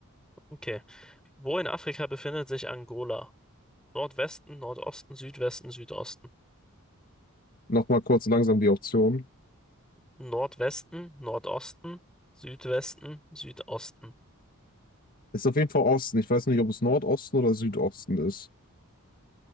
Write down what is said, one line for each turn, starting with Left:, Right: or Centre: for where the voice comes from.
Centre: okay. Wo in Afrika befindet sich Angola? Nordwesten, Nordosten, Südwesten, Südosten.
Left: Nochmal kurz langsam die Option.
Centre: Nordwesten, Nordosten, Südwesten, Südosten.
Left: Ist auf jeden Fall Osten. Ich weiß nicht, ob es Nordosten oder Südosten ist.